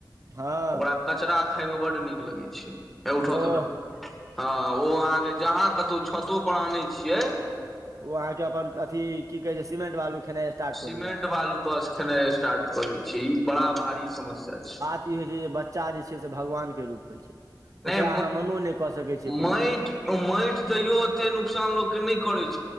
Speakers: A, on the right; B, in the centre.
A: हँ
B: ओकरा कचरा खायमे बड्ड नीक लगै छै हे उठाऊ
A: ओह
B: त कनी हँ ओ अहाँके जहाँ कतहु छतो पर आनै छियै
A: ओ अहाँके अपन अथी की कहे छै सिमेंट वालू खेनाइ स्टार्ट
B: सीमेंट
A: कऽ देय ये
B: बालू बस खेनाइ स्टार्ट करे छै ई बड़ा भारी समस्या छै
A: इ होइ छै जे बच्चा जे छै से भगवान के रूप होइ छै
B: नहि
A: ओकरा अहाँ मनो नहि कऽ सकै छियै
B: माइट
A: कोनो चीज के
B: माइट तैयो ओते नुकसान लोक के नुकसान नय करय छै